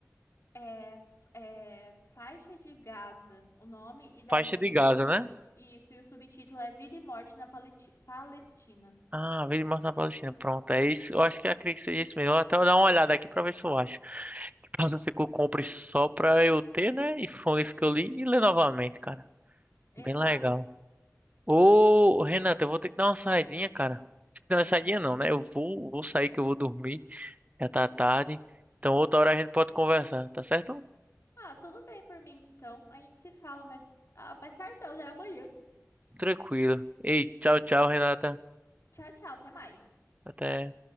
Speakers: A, on the left; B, on the right.
A: É, f- é Faixa de Gaza, o nome, e daí
B: Faixa de Gaza,
A: o su-
B: né?
A: isso, e o subtítulo é Vida e Morte na Paleti- Palestina.
B: Ah, Vida e Morte na Palestina. Pronto, é isso. Eu acho que acredito que seja isso mesmo. Eu até vou dar uma olhada aqui pra ver se eu acho. Que possa ser que eu compre só pra eu ter, né? E foi um livro que eu li e ler novamente, cara.
A: Exato.
B: Bem legal. Ô, Renata, eu vou ter que dar uma saidinha, cara. Não, saidinha não, né? Eu vou, vou sair que eu vou dormir. Já tá tarde. Então outra hora a gente pode conversar, tá certo?
A: Ah, tudo bem por mim então. A gente se fala mais, ah, mais tarde, não, né? Amanhã.
B: Tranquilo. Ei, tchau, tchau, Renata.
A: Tchau, tchau, até mais.
B: Até.